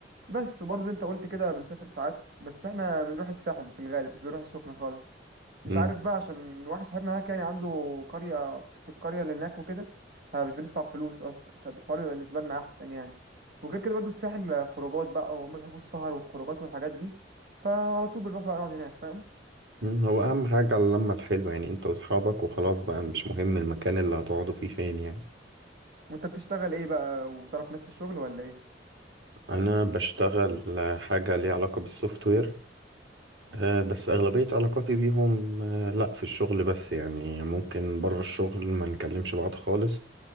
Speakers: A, on the right; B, on the right.
A: بس وبرضو زي انت قلت كده بنسافر ساعات بس احنا بنروح الساحل في الغالب مش بنروح السخنه خالص مش
B: مم.
A: عارف بقى عشان واحد صاحبنا هناك يعني عنده قريه في القريه اللي هناك وكده فمش بندفع فلوس اصلا فبالحوار يبقى بالنسبه لنا احسن يعني وغير كده برضو الساحل خروجات بقى وهم بيحبوا السهر والخروجات والحاجات دي فعلى طول بنروح بقى نقعد هناك فاهم
B: مم. هو اهم حاجة اللمة الحلوة يعني انت واصحابك وخلاص بقى مش مهم المكان اللي هتقعدوا فيه فين يعني
A: وانت بتشتغل ايه بقى وتعرف ناس في الشغل ولا ايه
B: انا بشتغل آه، حاجة ليها علاقة بالسوفت وير آه، بس اغلبية علاقاتي بيهم آه، لا في الشغل بس يعني ممكن بره الشغل ما نكلمش بعض خالص